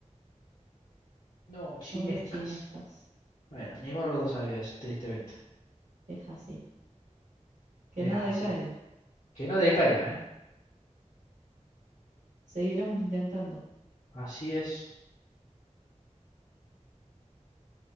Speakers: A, on the left; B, on the right.
A: No, chinescas.
B: Sombras chinescas.
A: Bueno, ninguno de los dos sabía esa, tristemente.
B: Es así. Que
A: Es
B: no decaiga.
A: así. Que no decaiga, ¿eh?
B: Seguiremos intentando.
A: Así es.